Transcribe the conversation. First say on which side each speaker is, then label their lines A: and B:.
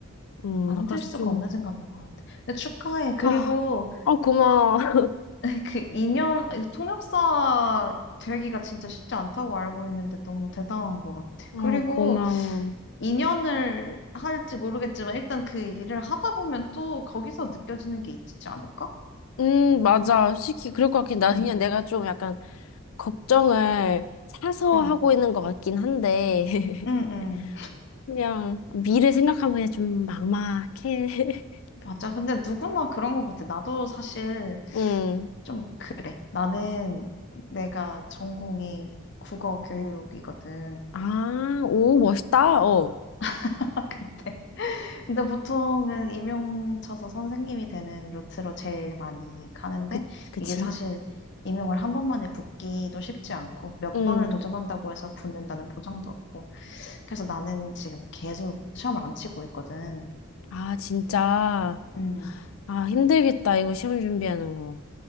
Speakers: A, on the left; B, on the left.
A: 음,
B: 만들
A: 나 그래서
B: 수가
A: 좀,
B: 없는 생각인 것 같아. 근데 축하해. 그리고
A: 아, 어, 고마워. <laughs>
B: <laughs> 그인연 통역사 되기가 진짜 쉽지 않다고 알고 있는데 너무 대단한 것 같아.
A: 어,
B: 그리고
A: 고마워.
B: 인연을 할지 모르겠지만 일단 그 일을 하다 보면 또 거기서 느껴지는 게 있지 않을까?
A: 음, 맞아. 솔직히 그럴 것 같긴. 나
B: 응,
A: 그냥 내가 좀 약간 걱정을 사서
B: 응,
A: 하고 있는 것 같긴 한데, <laughs>
B: 응, 응.
A: 그냥 미래 생각하면 그냥 좀 막막해. <laughs>
B: 맞아. 근데 누구나 그런 것 같아. 나도 사실
A: 음.
B: 좀 그래. 나는 내가 전공이 국어 교육이거든.
A: 아, 오, 멋있다. 어.
B: <laughs> 근데 근데 보통은 임용쳐서 선생님이 되는 루트로 제일 많이 가는데
A: 그, 그치?
B: 이게 사실 임용을 한 번만에 붙기도 쉽지 않고 몇
A: 음.
B: 번을 도전한다고 해서 붙는다는 보장도 없고 그래서 나는 지금 계속 시험을 안 치고 있거든.
A: 아, 진짜.
B: 음,
A: 아, 힘들겠다. 이거 시험 준비하는 거.